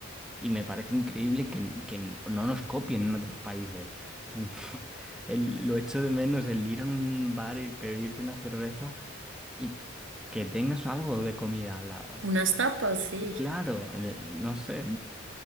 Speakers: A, in the centre; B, on the right.
A: y me parece increíble que, que no nos copien en otros países. <laughs> El- lo echo de menos el ir a un bar y pedirte una cerveza y que tengas algo de comida al lado.
B: Unas tapas, sí.
A: Claro, eh, no sé,